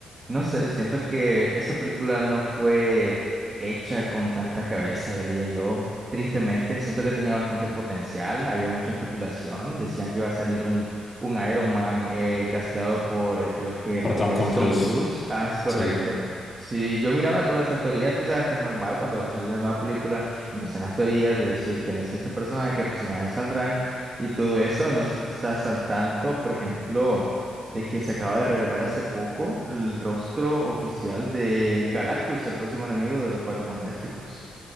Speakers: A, on the right (about 25°); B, on the left (about 20°).
A: No sé, siento que esa película no fue hecha con tanta cabeza, diría yo. Tristemente, siento que tenía bastante potencial, había mucha especulación, decían que iba a salir un, un Iron Man eh, casteado por, creo que el
B: por
A: nombre
B: Tom
A: es Tom
B: Cruise.
A: Cruise, ah, es correcto.
B: Sí.
A: Si yo miraba todas esas teorías, tú sabes que es normal cuando va a salir una nueva película, empiezan las teorías de decir quién es este personaje, qué personajes saldrán y todo eso, no sé si estás al tanto, por ejemplo de que se acaba de revelar hace poco el rostro oficial de Galactus, el próximo enemigo de los Cuatro Fantásticos.